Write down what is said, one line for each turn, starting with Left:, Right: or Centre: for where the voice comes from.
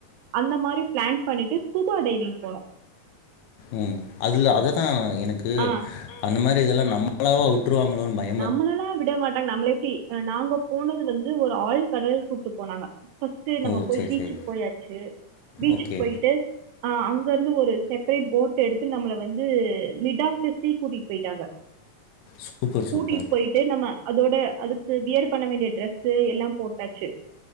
Right: அந்த மாரி பிளான் பண்ணிட்டு ஸ்கூபா டைவிங் போனோம்
Left: ம் அதுலா அததா எனக்கு
Right: ஆ
Left: அந்த மாரி இதெல்லா நம் சோலோவா வுட்ருவாங்களோனு பயந்
Right: நம்ளலா விட மாட்டாங்க நம்மள எப்டி நாங்க போனது வந்து ஒரு ஆள் கடல் கூட்டு போனாங்க ஃபர்ஸ்ட்டு நம்ம
Left: ஓ!
Right: போய்
Left: சரி,
Right: பீச்சுக்கு
Left: சரி.
Right: போயாச்சு பீச்சுக்கு
Left: ஓகே.
Right: போயிட்டு ஆ அங்கருந்து ஒரு செப்ரேட் போட் எடுத்து நம்மள வந்து மிட் ஆப் த சீ கூட்டிட் போய்ட்டாங்க
Left: சூப்பர்,
Right: கூட்டிட்
Left: சூப்பர்.
Right: போயிட்டு நம்ம அதோட அதுக்கு வியர் பண்ண வேண்டிய ட்ரெஸ்ஸு எல்லா போட்டாச்சு